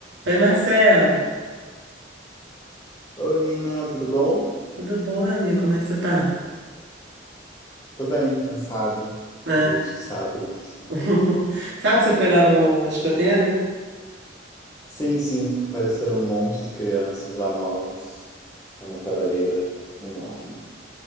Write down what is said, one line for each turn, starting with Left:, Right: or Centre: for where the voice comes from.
Right: Oi, Marcel.
Left: Oi, Nina, tudo bom?
Right: Tudo bom, meu amigo? Como é que você tá?
Left: Tô bem, cansado
Right: Né?
Left: depois de sábado.
Right: <laughs> Sabe, você foi lá no escoteiro?
Left: Sim, sim, apareceram um monte de crianças lá novas. Foi uma trabalheira enorme.